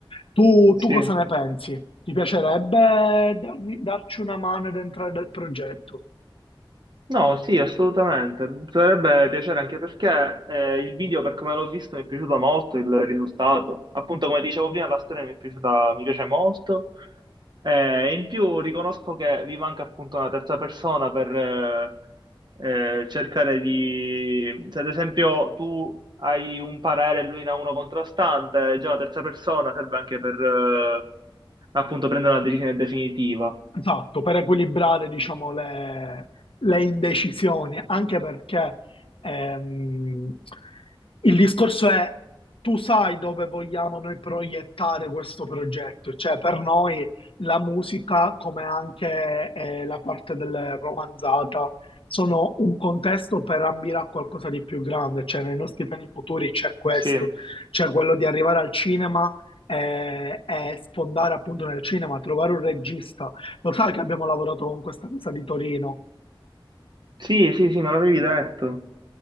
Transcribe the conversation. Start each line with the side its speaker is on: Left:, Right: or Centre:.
Left: Tu,
Right: sì.
Left: tu cosa ne pensi? Ti piacerebbe darmi- darci una mano ed entrare nel progetto?
Right: No, sì, assolutamente. Mi Sarebbe piacere anche perché eh, il video, per come l'ho visto, mi è piaciuto molto il risultato. Appunto, come dicevo prima, la storia mi è piaciuta, mi piace molto. Eh, e in più riconosco che vi manca appunto una terza persona per eh, eh, cercare di... Se ad esempio tu hai un parere e lui ne ha uno contrastante, già una terza persona serve anche per eh, appunto prendere una decisione definitiva.
Left: Esatto, per equilibrare, diciamo, le, le indecisioni, anche perché ehm, il discorso è tu sai dove vogliamo noi proiettare questo progetto, cioè per noi la musica, come anche eh, la parte del romanzata, sono un contesto per ambire a qualcosa di più grande, cioè nei nostri piani futuri c'è questo,
Right: Sì.
Left: c'è quello di arrivare al cinema e, e sfondare appunto nel cinema, trovare un regista lo sai che abbiamo lavorato con questa casa di Torino?
Right: Sì, sì, sì, me l'avevi detto.